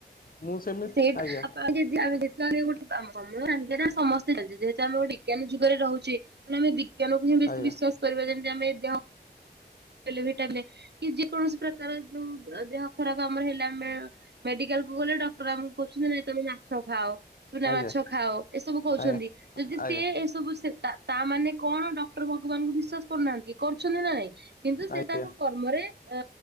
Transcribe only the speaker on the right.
ସେଇଟା
ଆପଣ ଯଦି ଆମେ <unintelligible> ଯାହା ହେଲେ ଗୋଟେ କାମ ସମୂଳରେ ଆଗେରେ ଆମେ ସମସ୍ତେ ଚାଲିଚେ। ଯେହେତୁ ଆମେ ଗୋଟେ ବିଜ୍ଞାନ ଯୁଗରେ ରହୁଚେ। ତ ଆମେ ବି ଜ୍ଞାନକୁ ହିଁ ବେଶୀ
ବିଶ୍ଵାସ କରିବା। ଯେମିତି ଆମେ ଦେହ <inaudible> ହେଲେ ଭି ଟେବଲେ କି ଯେ କୌଣସି ପ୍ରକାର ଯୋଉ ଅ, ଦେହ ଖରାପ ଆମର ହେଲା ମେ- ମେଡିକାଲ କୁ ଗଲେ ଡ କହୁଛନ୍ତି ନା ନାଇଁ ତୋମେ ମାଛ ଖାଅ। ଚୁନା
ମାଛ ଖାଅ, ଏସବୁ କହୁଛନ୍ତି
ଯଦି ସିଏ
ଏସବୁ ସେ ତା ତାମାନେ କଣ ଡକ୍ଟର୍ ଭଗବାନଙ୍କୁ ବିଶ୍ୱାସ କରୁନାହାନ୍ତି କରୁଛନ୍ତି ନା ନାଇଁ। କିନ୍ତୁ ସେ
ତାଙ୍କ କର୍ମରେ ଅ,